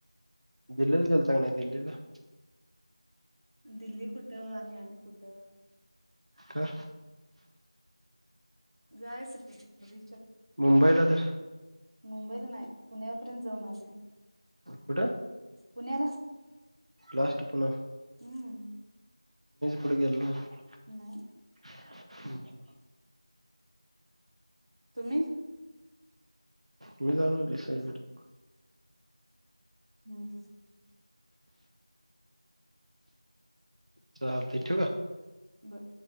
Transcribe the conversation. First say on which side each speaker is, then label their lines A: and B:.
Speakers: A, on the right; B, on the right.
A: दिल्लीला गेलता का नाही दिल्लीला
B: दिल्ली कुठं आणि आम्ही कुठ?
A: का
B: जायचकी भविष्यात
A: मुंबईला तर
B: मुंबईला नाही पुण्यापर्यंत जाऊन आले
A: कुठं
B: पुण्याला
A: लास्ट पुणा
B: हम्म
A: पुढं गेलं <unintelligible>
B: नाही
A: हम्म हं
B: तुम्ही?
A: मी काय म्हटलो सगळीकड
B: हं हं
A: चालते ठिवू का
B: बरं